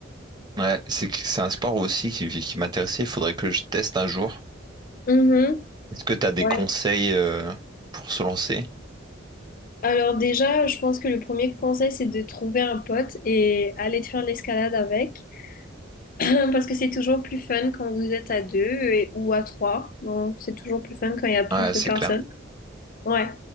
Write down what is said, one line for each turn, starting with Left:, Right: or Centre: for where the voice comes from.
Right: Ouais, c'est que c'est un sport aussi qui, qui m'intéressait. Il faudrait que je teste un jour.
Left: Mhm.
Right: Est-ce que tu as des
Left: Ouais.
Right: conseils euh, pour se lancer?
Left: Alors déjà, je pense que le premier conseil, c'est de trouver un pote et aller te faire l'escalade avec. <clears throat> Parce que c'est toujours plus fun quand vous êtes à deux et- ou à trois. Donc c'est toujours plus fun quand il y a plus
Right: Ouais,
Left: de
Right: c'est
Left: personnes.
Right: clair.
Left: Ouais.